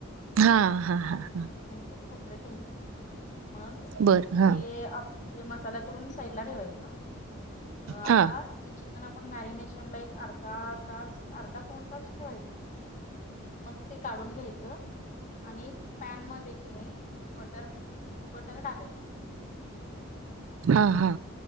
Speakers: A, on the right; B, on the left.
A: हा, हा, हा, हा
B: मग ते खोबरं घ्यायचं नाही मग
A: बर
B: हे
A: हा
B: आप हे मसाला करून साईडला ठेवायच आता
A: हा
B: जे चिकन आप आपण मॅरिनेशन ला एक अर्धा तास अर्धा पाउन तास ठेवायचा मग ते काढून घ्यायचं आणि पॅन मध्ये कि नाही बटर, बटर टाकायच
A: हा, हा